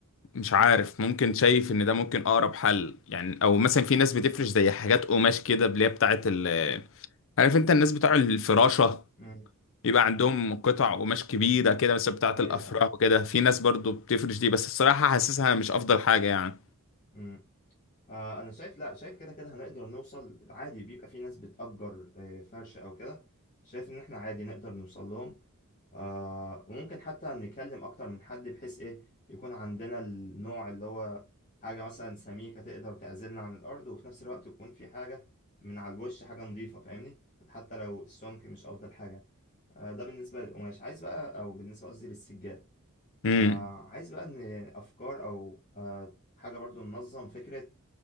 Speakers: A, on the left; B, on the left.
A: مش عارف ممكن شايف ان ده ممكن اقرب حل يعني او مثلا في ناس بتفرش زي حاجات قماش كده اللي هي بتاعت ال عارف انت الناس بتوع الفراشة
B: مم.
A: يبقى عندهم قطع قماش كبيرة كده مثلا بتاعت
B: ايوه
A: الافراح
B: ايوه
A: وكده في ناس برضو بتفرش دي بس الصراحة حاسسها مش افضل حاجة يعني
B: مم. آه، انا شايف لا شايف كده كده هنقدر نوصل عادي بيبقى في ناس بتأجر آه، فرش او كده شايف ان احنا عادي نقدر نوصل لهم آه، وممكن حتى نكلم اكتر من حد بحيث ايه يكون عندنا النوع اللي هو حاجة مثلا سميكة تقدر تعزلنا عن الارض وفي نفس الوقت يكون في حاجة من على الوش حاجة نظيفة فاهمني حتى لو السمك مش افضل حاجة آه، ده بالنسبة للقماش عايز بقى او بالنسبة قصدي للسجاد
A: امم
B: آه، عايز بقى ان افكار او آه، حاجة برضو ننظم فكرة